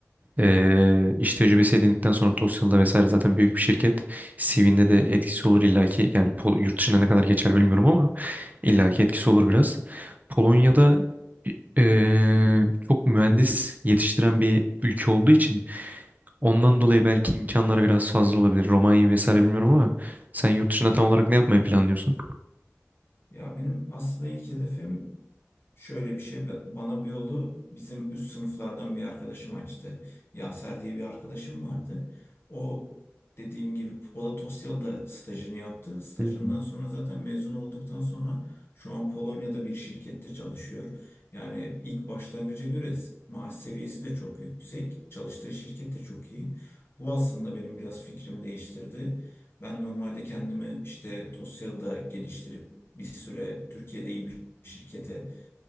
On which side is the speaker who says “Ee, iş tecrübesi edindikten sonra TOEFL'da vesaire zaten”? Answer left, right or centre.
Right